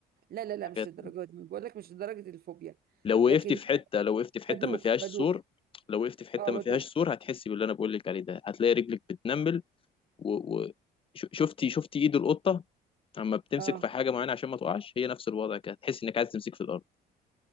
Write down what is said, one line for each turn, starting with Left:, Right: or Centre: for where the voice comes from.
Right: لا لا لا
Left: حاجات
Right: مش للدرجة
Left: من دي.
Right: دي بقول لك مش لدرجة الفوبيا
Left: لو
Right: لكن
Left: وقفتي في حتة لو وقفتي في حتة
Right: بدوخ
Left: ما فيهاش
Right: بدوخ
Left: سور لو وقفتي في حتة
Right: اه بدوخ
Left: ما فيهاش سور هتحسي باللي انا بقول لك عليه ده هتلاقي رجلك بتنمل و... و... ش- شفتي شفتي ايد القطة اما بتمسك
Right: اه
Left: في حاجه معينه عشان ما تقعش هي نفس الوضع كده تحس انك عايز تمسك في الارض